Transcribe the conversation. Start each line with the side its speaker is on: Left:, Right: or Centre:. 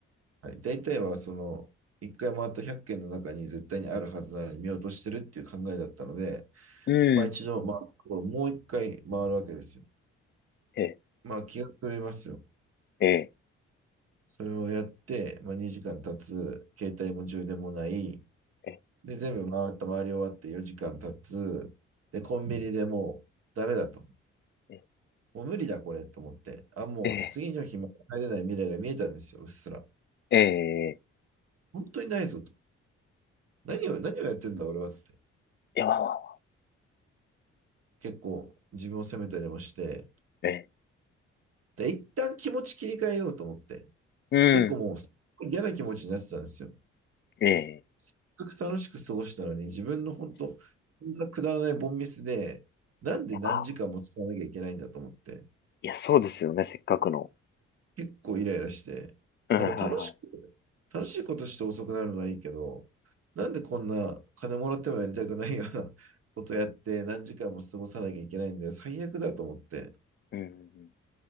Right: はい、大体はその1回回った100軒の中に絶対にあるはずなのに見落としてるっていう考えだったので、
Left: ー、
Right: まあ一度回ったところもう1回回るわけですよ。
Left: うん、え
Right: まあ気が狂いますよ。
Left: ー、え
Right: それをやって、まあ、2時間経つ、携帯も充電もない、
Left: ー、え
Right: で、全部回った、回り終わって4時間経つ、で、コンビニでもうダメだと。
Left: ー、え
Right: もう無理だ、これと思って。あ、もう次の日も帰れない未来が見えたんですよ、
Left: ー、
Right: うっすら。
Left: えー、え
Right: 本当にないぞと。何を、何をやってんだ、俺はって。
Left: ー、やばわ、
Right: 結構自分を責めたりもして。
Left: え
Right: で、一旦気持ち切り替えようと思って。
Left: ー、うん、
Right: 結構もうすごい嫌な気持ちになってたんですよ。せ
Left: え
Right: っかく楽しく過ごしたのに、自分の本当、こんなくだらないボンミスで、なんで何時間も使わなきゃいけないんだと思って。
Left: ー、やばいや、そうですよね、せっかくの。
Right: 結構イライラして、
Left: うんはいはいは
Right: なんか楽しく、楽しいことして遅くなるのはいいけど、なんでこんな金もらってもやりたくないような <laughs> ことやって何時間も過ごさなきゃいけないんだよ。最悪だと思って、
Left: い。うんうんう